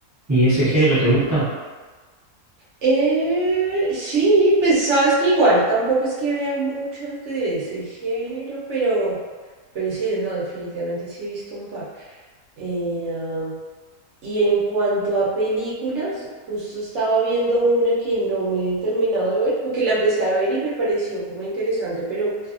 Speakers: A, on the right (about 20°); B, on the right (about 55°).
A: ¿Y ese género
B: Así que
A: te gusta?
B: eh, sí, pues sabes que igual tampoco es que vea muchas de ese género, pero, pero sí, no, definitivamente sí he visto un par. Eh, ah, y en cuanto a películas, justo estaba viendo una que no me he terminado de ver, porque la empecé a ver y me pareció como interesante, pero